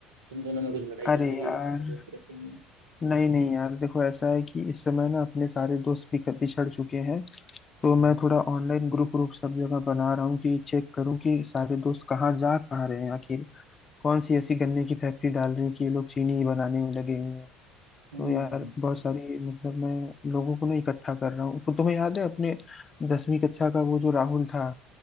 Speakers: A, on the right; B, on the left.
A: तुम दोनों में कुछ लड़ाई चल
B: अरे
A: रही
B: यार
A: है क्या? ऐसे बोलती रहती हूँ
B: नहीं नहीं यार देखो ऐसा है कि इस समय ना अपने सारे दोस्त बिख- बिछड़ चुके हैं तो
A: हम्म
B: मैं थोड़ा ऑनलाइन ग्रुप ग्रुप सब जगह बना रहा हूँ कि चेक करूँ कि सारे दोस्त कहाँ जा कहाँ रहे हैं आखिर कौन सी ऐसी गन्ने की फैक्ट्री डाल रही है कि ये लोग चीनी ही बनाने में लगे हुए हैं
A: हम्म।
B: तो यार बहुत सारी मतलब मैं लोगों को ना इकट्ठा कर रहा हूँ तो तुम्हें याद है अपने दसवीं कक्षा का वो जो राहुल था